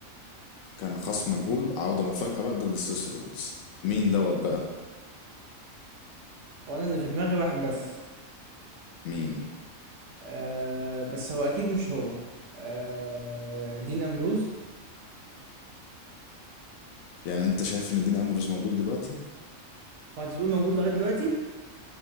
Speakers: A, on the left (about 80°); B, on the right (about 65°).
A: كان خصم مجهول عودة مفاجأة بقى ضد سيس رولينز مين دوت بقى
B: هو انا اللي في دماغي واحد بس
A: مين
B: آه بس هو اكيد مش هو آه دين امبروز
A: يعني انت شايف ان دين امبروز موجود دلوقتي
B: هو انت بتقول موجود لغاية دلوقتي